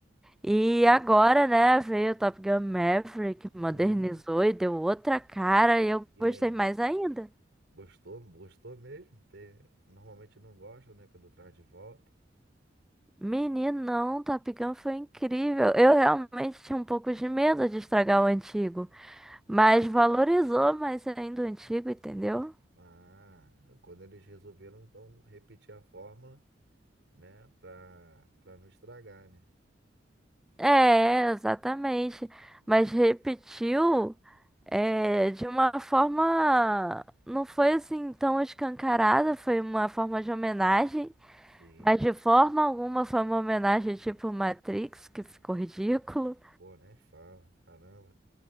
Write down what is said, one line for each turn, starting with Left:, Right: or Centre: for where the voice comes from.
Centre: E agora, né, veio o Top Gun Maverick,
Right: hum,
Centre: modernizou e deu outra cara e eu
Right: e
Centre: gostei
Right: aí?
Centre: mais ainda.
Right: Gostou? Gostou mesmo? Tem- Normalmente não gosto, né? Quando traz de volta.
Centre: Meninão, Top Gun foi incrível. Eu realmente tinha um pouco de medo de estragar o antigo, mas valorizou mais ainda o antigo, entendeu?
Right: Ah, quando eles resolveram então repetir a fórmula. né? Pra, pra não estragar, né?
Centre: É, exatamente. Mas repetiu é, de uma forma. Não foi assim tão escancarada, foi uma forma de homenagem.
Right: Sim,
Centre: Mas de forma alguma foi uma homenagem tipo Matrix, que ficou <laughs> ridículo.
Right: pô, né? Fala, caramba.